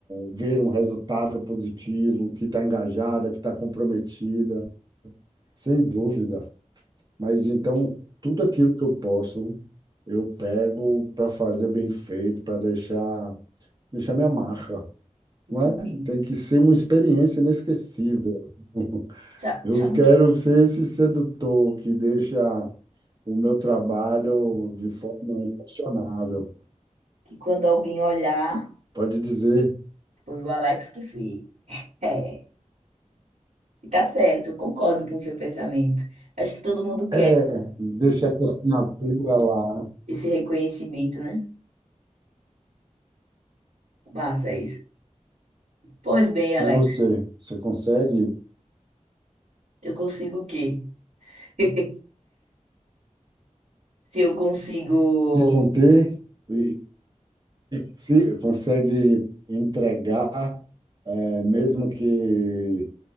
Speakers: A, on the right; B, on the right.
A: ver um resultado positivo, que está engajada, que está comprometida. Sem dúvida. Mas então, tudo aquilo que eu posso, eu pego para fazer bem feito, para deixar, deixar minha marca,
B: Muito
A: não é?
B: bem.
A: Tem que ser uma experiência inesquecível. <laughs>
B: Sabe,
A: Eu
B: sabe
A: quero
B: o quê?
A: ser esse sedutor que deixa o meu trabalho de forma inquestionável.
B: Que quando alguém olhar.
A: Pode dizer,
B: Foi o Alex que fez. É, e tá certo, eu concordo com o seu pensamento. Acho que todo mundo quer
A: é, deixar essa assinatura lá.
B: esse reconhecimento, né? Massa isso. Pois bem, Alex,
A: E você, você consegue
B: eu consigo o quê? <laughs> Se eu consigo.
A: se conter? e se consegue entregar, eh, mesmo que